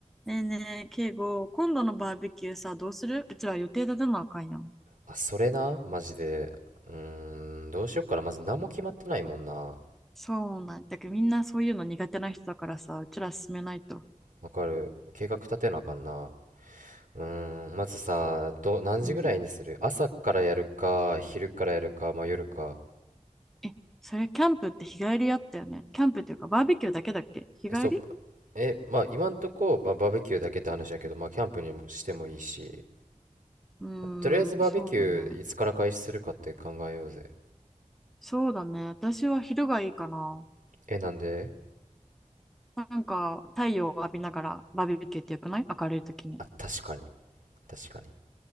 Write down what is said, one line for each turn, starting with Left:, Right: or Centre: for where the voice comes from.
Centre: ねえねえ、敬語、今度のバーベキューさ、どうするうちら予定立てなあかんやん。
Right: あ、それな、マジで。うーん、どうしよっかな。まず何も決まってないもんな。
Centre: そうなんだけど、みんなそういうの苦手な人だからさ、うちら進めないと。
Right: わかる。計画立てなあかんな。うーん、まずさ、ど、何時ぐらいにする朝からやるか、
Centre: うん。
Right: 昼からやるか、まあ夜か。
Centre: え、それキャンプって日帰りやったよね。キャンプっていうか、バーベキューだけだっけ日帰り
Right: え、そう、え、まあ今んとこ、まあ、バーベキューだけって話やけど、まあキャンプにもしてもいいし、
Centre: うーん、
Right: とりあえずバーベキューいつから開始するかって考えようぜ。
Centre: そうだね。そうだね。私は昼がいいかな。
Right: え、なんで
Centre: なんか、太陽を浴びながらバーベキューってよくない明るい時に。
Right: あ、確かに、確かに。